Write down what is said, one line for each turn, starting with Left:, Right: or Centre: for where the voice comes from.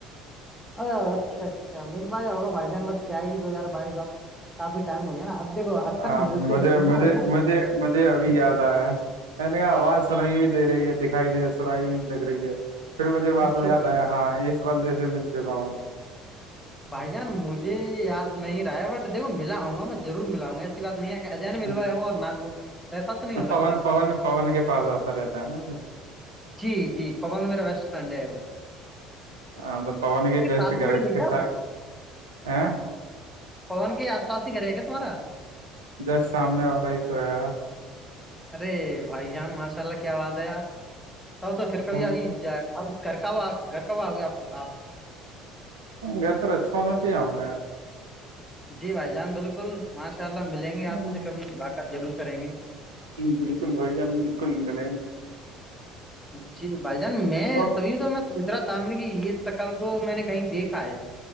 Centre: ا اچھا اچھا مل بایاائے ہوگا بھائی جان بٹ کیائے گی دو ہزار بائیس اب کافی ٹائم ہوگیا نا اب دیکھو اکثر
Right: ہاں
Centre: ملتے
Right: مھے
Centre: رہتے ہیں نا بھائی جان
Right: مجھے مجے ج ابھی یاد آیا ہے میں نے کہ آواز سنائی ہوئی دے رہی ہے دکھائیے سنائی بھی لگ رہی ہے پھر مجھے بع
Centre: اچھا
Right: میں یاد
Centre: اچھا
Right: آیا ہاں اس بندے سے مل چکا ہوں
Centre: بھائی جان مجھے یاد نہیں رہا ہے بٹ دیکھو ملا ہوں گا میں ضرور ملاؤں گا ایسے بات نہیں ہے کہ اجین میںلوائے
Right: ہوں،
Centre: ہ اور نہ ل ایسا تو نہیں ہو
Right: پون
Centre: سکتا
Right: پون پون کے پاس آتا رہتا ہے نا تو
Centre: جی جی پون میرا ویسٹ فرینڈ ہے وہ
Right: آ توان گ
Centre: کے ساتھ
Right: جسٹ
Centre: میں
Right: گر
Centre: کھڑے تھے
Right: کے
Centre: کیا
Right: س
Centre: آپ
Right: آ
Centre: پون کے آس پس ہی گھر ہے گ کیا تمہارا
Right: جس سامنے والا ہی تو ہےیار
Centre: ارے بھائی جان ماشاء اللہ کیا بات ہے یار تب تو پھر کبھی
Right: ہم
Centre: ابھی
Right: تو
Centre: جائے آپ گھر کاو گھر کاواہ آ گیا آ آپ
Right: گھر تو رچا ہونا بھی آؤں گا
Centre: جی بھائی جان بالکل ماشاء اللہ ملیں گے
Right: یار
Centre: آپ سے کبھی ملاقات ضرور کریں گے
Right: بالکل بھائی جان بالکل بل
Centre: جی بھائی جان میں
Right: اور
Centre: طبی د میں پوچھ رہا تھا نے یہ شکل کو میں نے کہیں دیکھا ہے